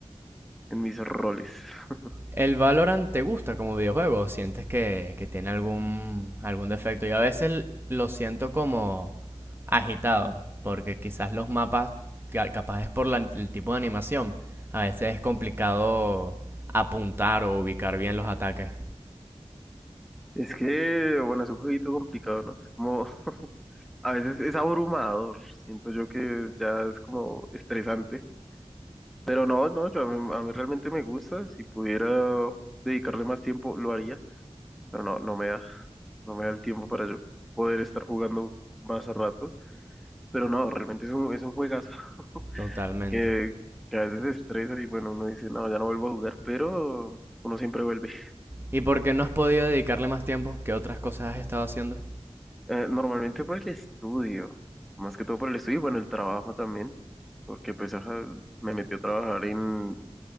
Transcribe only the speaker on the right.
¿El Valorant te gusta como videojuego? ¿Sientes que, que tiene algún, algún defecto? Yo a veces lo siento como agitado, porque quizás los mapas, ca- capaz es por la- el tipo de animación, a veces es complicado apuntar o ubicar bien los ataques.
Totalmente.
¿Y por qué no has podido dedicarle más tiempo? ¿Qué otras cosas has estado haciendo?